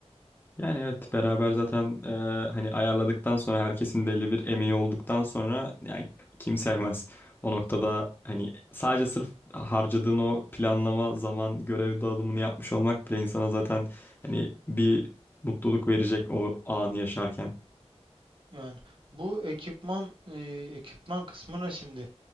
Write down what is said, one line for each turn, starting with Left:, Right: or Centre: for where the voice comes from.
Left: Yani evet beraber zaten e, hani ayarladıktan sonra herkesin belli bir emeği olduktan sonra yani kim sevmez. O noktada hani sadece sırf harcadığın o planlama zaman görev dağılımını yapmış olmak bile insana zaten hani bir mutluluk verecek o anı yaşarken.
Right: Yani bu ekipman e, ekipman kısmına şimdi